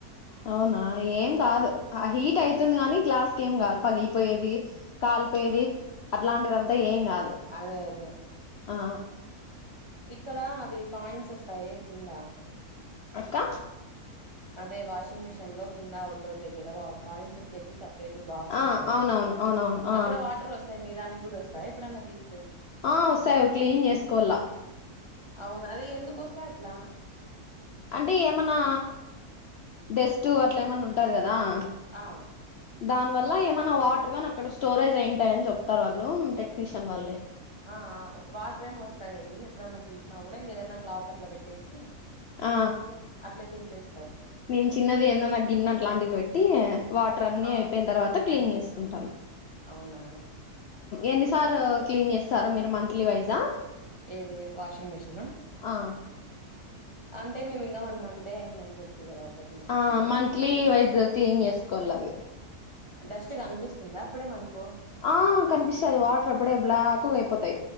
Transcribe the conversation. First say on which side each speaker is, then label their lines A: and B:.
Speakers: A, on the left (about 70°); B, on the right (about 35°).
A: అవునా ఏం కాదు ఆ హీట్ అయితుంది గాని గ్లాస్ కేమీ కాదు పగిలి పోయేది కాలి పోయేది అట్లాంటిదంతా ఏం కాదు
B: అదే అదే
A: ఆ
B: ఇక్కడ అవి కాయిన్స్ వస్తాయే కింద
A: అక్క
B: అదే వాషింగ్ మిషిన్ లో కింద అఔట్డోర్ దగ్గర వా కాయిన్స్ వచ్చేకి సపరేట్ బాక్స్
A: ఆ
B: ఉంటది
A: అవునవును
B: కదా
A: అవునవును ఆ
B: అక్కడ వాటర్ వస్తాయి మీ దానికి కూడా వస్తాయి ఎప్పుడన్నా తీస్తే
A: ఆ వస్తాయి అవి క్లీన్ చేసుకోవాల
B: అవునా అదే ఎందుకొస్తాయి అట్లా
A: అంటే ఏమన్నా డస్ట్ అట్ల ఏమన్నా ఉంటది కదా ఆ
B: ఆ
A: దాని వల్ల ఏమైనా వాటర్ గాని అక్కడ స్టోరేజ్ అయింటాయ్ అని చెప్తారు వాళ్ళు టెక్నీషియన్ వాళ్ళే
B: ఆ వాటర్ ఏమో వస్తాయి ఎప్పుడన్నా తీసినా కూడా ఇంక ఏదైన క్లాత్ అట్లా పెట్టేసి
A: ఆ
B: అట్లా తీసేస్త
A: నేను చిన్నది ఏదన్న గిన్నె అట్లాంటిది పెట్టి వాటర్ అన్ని
B: ఆ
A: అయిపోయిన తర్వాత క్లీన్ చేస్తాను ఉంటాను
B: అవునా
A: ఎన్నిసార్ క్లీన్ చేస్తారు మీరు మంత్లీ వైజా
B: ఏది వాషింగ్ మిషిన్ నా
A: ఆ
B: అంటే మేము ఇంకా వన్ మంత్ అంతే అయిందని చెప్తే కదా అక్క తీసుకొని
A: ఆ మంత్లీ వైజ్ క్లీన్ చేసుకోవాలి అవి
B: డస్ట్ కనిపిస్తుందా అప్పుడే మనకు
A: ఆ కనిపిస్తది వాటర్ అప్పుడే బ్లాక్ తక్కువైపోతాయి